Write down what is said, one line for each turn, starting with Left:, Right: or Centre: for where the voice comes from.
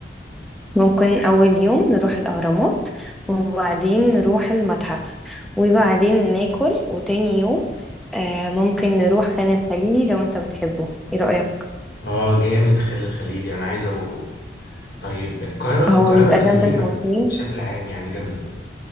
Centre: ممكن أول يوم نروح الأهرامات وبعدين نروح المتحف وبعدين ناكل وتاني يوم آه ممكن نروح خان الخليلي لو أنت بتحبه إيه رأيك؟
Left: آه جامد خالد الخليلي أنا عايز أروحه طيب القاهرة
Centre: هو
Left: القاهرة
Centre: بيبقى
Left: القديمة
Centre: جنب الحسين
Left: بشكل عام يعني جامدة